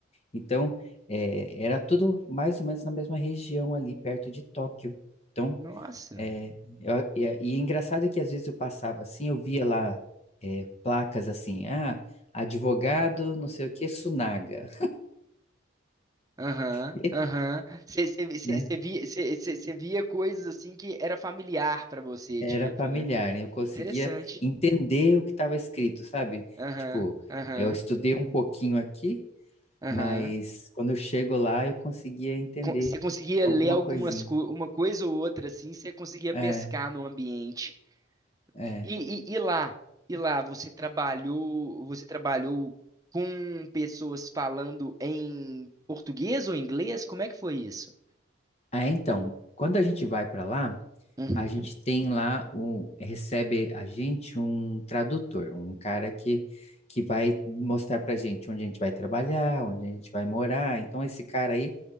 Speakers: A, on the left; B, on the right.
A: Então, é, era tudo mais ou menos na mesma região ali, perto de Tóquio. Então,
B: Nossa.
A: é, eu- e, é e é engraçado que às vezes eu passava assim, eu via lá é, placas assim, ah, advogado, não sei o que, Sunaga,
B: Aham,
A: <laughs>
B: aham. Você
A: né?
B: via, cê- cê- cê via coisas assim que era familiar para você,
A: Era
B: tipo,
A: familiar,
B: né?
A: né? Eu conseguia
B: Interessante.
A: entender o que estava escrito, sabe?
B: Aham,
A: Tipo,
B: aham,
A: eu estudei um pouquinho aqui,
B: aham.
A: mas quando eu chego lá eu conseguia entender
B: con- Você conseguia
A: alguma
B: ler algumas
A: coisinha.
B: co uma coisa ou outra assim, você conseguia
A: É,
B: pescar no ambiente.
A: é.
B: E, e, e lá, e lá você trabalhou, você trabalhou com pessoas falando em português ou inglês? Como é que foi isso?
A: É, então, quando a gente vai para lá,
B: Uhum,
A: a gente tem lá o recebe a gente um tradutor, um cara que que vai mostrar para a gente onde a gente vai trabalhar, onde a gente vai morar. Então, esse cara aí,